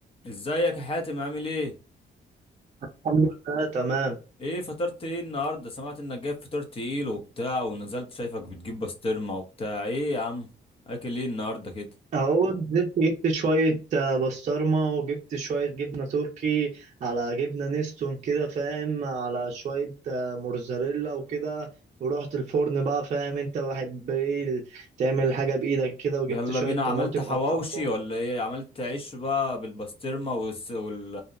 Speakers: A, on the left; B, on the right.
A: ازيك يا حاتم عامل ايه
B: الحمد لله تمام
A: ايه فطرت ايه النهارده سمعت انك جايب فطار تقيل وبتاع ونزلت شايفك بتجيب بسطرمه وبتاع ايه يا عم اكل ايه النهارده كده
B: اهو نزلت جبت شوية آه، بسطرمة وجبت شوية جبنة تركي على جبنة نستون كده فاهم على شوية آه، موتزاريلا وكده ورحت الفرن بقى فاهم انت بحب ايه ال- تعمل حاجة بإيدك كده
A: يلا
B: وجبت شوية
A: بينا عملت
B: طماطم
A: حواوشي
B: قطعتهم
A: ولا ايه عملت عيش بقى بالبسطرمه والس... وال...